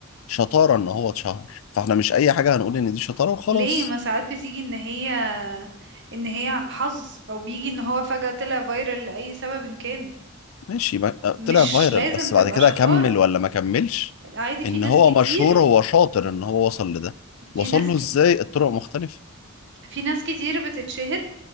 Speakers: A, on the left; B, on the right.
A: شطارة إن هو اتشهر فاحنا مش أي حاجة هنقول إن دي شطارة وخلاص
B: ليه ما ساعات بتيجي ان هي ان هي حظ او بيجي ان هو فجأة طلع فايرال لأي سبب إن كان
A: ماشي ما- آه،
B: مش
A: طلع فايرال
B: لازم
A: بس
B: تبقى
A: بعد كده
B: شطارة
A: كمل ولا ما كملش
B: عادي في
A: إن
B: ناس
A: هو
B: كتير
A: مشهور هو شاطر إن هو وصل لده
B: في
A: وصل
B: ناس
A: له
B: كت...
A: إزاي الطرق مختلفة
B: في ناس كتير بتتشهر